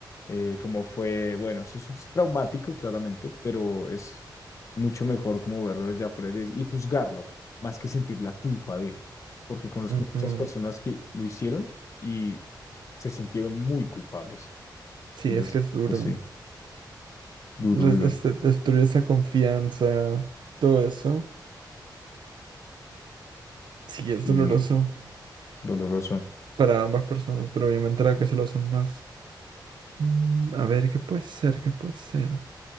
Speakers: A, on the left; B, on the right.
A: eh, cómo fue, bueno, eso es traumático, claramente, pero es mucho mejor como verlo desde afuera y y juzgarlo, más que sentir la culpa de, porque conozco
B: Ujú.
A: muchas personas que lo hicieron y se sintieron muy culpables.
B: Sí,
A: Entonces,
B: es que es duro.
A: pues sí, duro,
B: Res-
A: duro.
B: este, destruir esa confianza, todo eso, sí es
A: Sí,
B: doloroso
A: doloroso.
B: para ambas personas, pero obviamente la que se lo hacen más. Mm, a ver, ¿qué puede ser? ¿Qué puede ser?